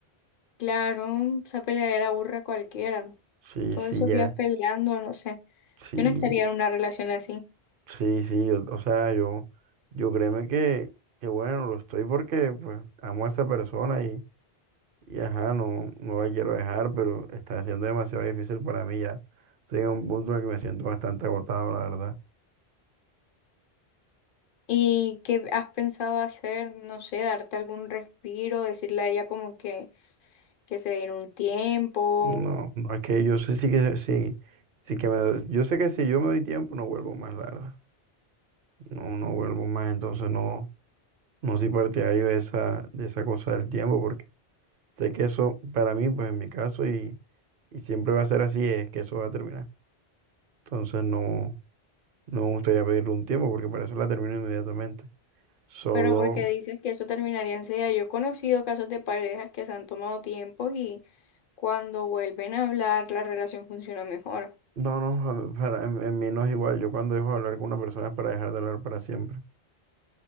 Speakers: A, on the left; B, on the right.
A: Claro, esa peleadera aburre a cualquiera.
B: Sí,
A: Todos
B: sí,
A: esos
B: ya,
A: días peleando, no sé.
B: sí,
A: Yo no estaría en una relación así.
B: sí, sí, yo- o sea, yo, yo créeme que, que bueno, lo estoy porque pues amo a esa persona y, y ajá, no, no la quiero dejar, pero está siendo demasiado difícil para mí ya. Estoy en un punto en el que me siento bastante agotado, la verdad.
A: ¿Y qué has pensado hacer? No sé, darte algún respiro, decirle a ella como que, que se diera un tiempo.
B: No, no es que yo sé sí que sí, sí que me, yo sé que si yo me doy tiempo no vuelvo más, la verdad. No, no vuelvo más, entonces no, no soy partidario de esa, de esa cosa del tiempo, porque sé que eso, para mí, pues en mi caso, y, y siempre va a ser así, es que eso va a terminar. Entonces no, no me gustaría pedirle un tiempo, porque para eso la termino inmediatamente. Solo,
A: Pero porque dices que eso terminaría enseguida. Yo he conocido casos de parejas que se han tomado tiempo y cuando vuelven a hablar la relación funciona mejor.
B: no, no, a- para, en, en mí no es igual. Yo cuando dejo de hablar con una persona es para dejar de hablar para siempre.